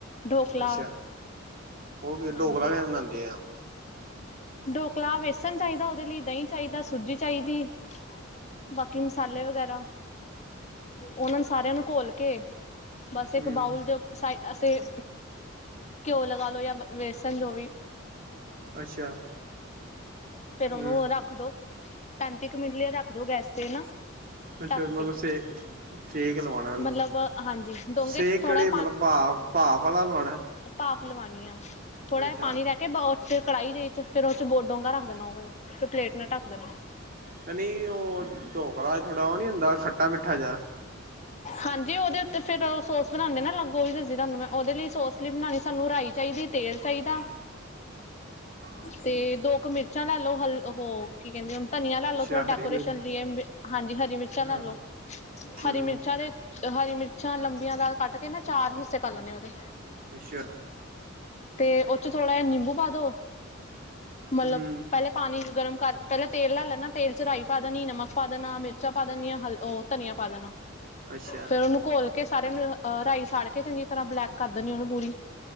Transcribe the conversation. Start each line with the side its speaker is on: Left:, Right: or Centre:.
Left: ਢੋਕਲਾ,
Right: ਅੱਛਾ ਉਹ
Left: ਹਾਂਜੀ।
Right: ਢੋਕਲਾ ਕਿਵੇਂ ਬਣਾਉਂਦੇ ਆ।
Left: ਡਢੋਕਲਾ ਬੇਸਣ ਚਾਹੀਦਾ ਉਹਦੇ ਲਈ, ਦਹੀਂ ਚਾਹੀਦਾ, ਸੂਜੀ ਚਾਹੀਦੀ। ਬਾਕੀ ਮਸਾਲੇ ਵਗੈਰਾ, ਉਹਨਾਂ ਨੂੰ ਸਾਰਿਆਂ ਨੂੰ ਘੋਲ ਕੇ ਬਸ ਇੱਕ
Right: ਹਮ
Left: ਬਾਊਲ ਦੇ ਸਾਈਡ ਅਸੀਂ ਘਿਓ ਲਗਾ ਲਓ ਜਾਂ ਬੇਸਣ ਜੋ ਵੀ
Right: ਅੱਛਾ।
Left: ਫੇਰ ਉਹਨੂੰ
Right: ਹਮ
Left: ਰੱਖ ਦੋ। ਪੈਂਤੀ ਕੁ ਮਿੰਟ ਲਿਆ ਰੱਖ ਦੋ ਗੈਸ ਤੇ ਨਾ।
Right: ਅੱਛਾ।
Left: ਢੱਕ
Right: ਬਤਲਸ
Left: ਕੇ
Right: <unintelligible> ਸੇਕ ਲਵਾਉਣਾ ਉਹਨੂੰ।
Left: ਮਤਲਬ ਹਾਂਜੀ ਡੋਂਗੇ
Right: ਸੇਕ
Left: ਚ ਥੋੜ੍ਹਾ
Right: ਕਿਹੜੇ ਮਤਲਬ ਭਾ ਭਾਫ਼ ਵਾਲਾ ਲਵਾਉਣਾ।
Left: ਭਾਪ ਲਵਾਉਣੀ ਆ। ਥੋੜਾ
Right: ਅੱਛਾ
Left: ਜਿ ਪਾਣੀ ਰੱਖ ਚ ਕੜਾਈ ਦੇ ਚ ਫੇਰ ਉਹ ਚ ਬੋ ਡੋਂਘਾ ਰੱਖ ਦੇਣਾ। ਉਹ ਵਾਲਾ ਫੇਰ ਪਲੇਟ ਨਾਲ ਢੱਕ ਦੇਣਾ।
Right: ਤੇ ਨਹੀਂ ਉਹ ਡੋਕਲਾ ਥੋੜਾ ਉਹ ਨਹੀਂ ਹੁੰਦਾ ਖੱਟਾ- ਮਿੱਠਾ ਜਿਹਾ।
Left: ਹਾਂਜੀ, ਉਹਦੇ ਉੱਤੇ ਫੇਰ ਉਹ ਸੋਸ ਬਣਾਉਂਦੇ ਨਾ। ਅਲੱਗ ਉਹਹੀ ਦੱਸੀ ਤੁਹਾਨੂੰ ਮੈਂ। ਉਹਦੇ ਲਈ ਸੋਸ ਲਈ ਬਣਾਉਣੀ ਸਾਨੂੰ ਰਾਈ ਚਾਹੀਦੀ। ਤੇਲ ਚਾਹੀਦਾ।
Right: ਹ।
Left: ਤੇ ਦੋ ਕ ਮਿਰਚਾਂ ਲੈ ਲਓ। ਹਲ ਉਹ ਕੀ ਕਹਿੰਦੇ ਹੁਣ ਧਨੀਆ ਲੈ ਲੋ
Right: ਅੱਛਾ
Left: ਥੋੜਾ
Right: ਹਰੀ
Left: ਡੈਕੋਰੇਸ਼ਨ
Right: ਮਿਰਚ
Left: ਲਈ। ਹਾਂਜੀ, ਹਰੀ ਮਿਰਚਾਂ
Right: ਹਾਂ
Left: ਲੈ ਲਓ,
Right: ਹਮ
Left: ਹਰੀ ਮਿਰਚਾਂ। ਅਰੇ ਹਰੀ ਮਿਰਚਾਂ ਲੰਬੀਆਂ ਦਾਲ ਕੱਟ ਕੇ ਨਾ ਚਾਰ ਹਿੱਸੇ ਕਰ ਲੈਣੇ ਉਹਦੇ।
Right: ਅੱਛਾ।
Left: ਤੇ ਉਹਦੇ ਚ' ਥੋੜ੍ਹਾ ਜਿਹਾ ਨਿੰਬੂ ਪਾ ਦੋ। ਮਤਲਬ
Right: ਹਮ
Left: ਪਹਿਲੇ ਪਾਣੀ ਗਰਮ ਕਰ ਪਹਿਲਾਂ ਤੇਲ ਲੈ ਲੈਣਾ। ਤੇਲ ਚ' ਰਈ ਪਾ ਪਾ ਦੇਣੀ ਨਮਕ ਪਾ ਦੇਣਾ, ਮਿਰਚਾਂ ਪਾ ਦੇਣੀ, ਆ ਹ ਉਹ ਧਨੀਆ ਪਾ ਦੇਣਾ।
Right: ਅੱਛਾ।
Left: ਫਿਰ ਉਹਨੂੰ ਘੋਲ ਕੇ ਸਾਰਿਆਂ ਨੂੰ ਅਹ ਰਾਈ ਸਾੜ ਕੇ ਚੰਗੀ ਤਰ੍ਹਾਂ ਬਲੈਕ ਕਰ ਦੇਣੀ ਉਹਨੂੰ ਪੂਰੀ।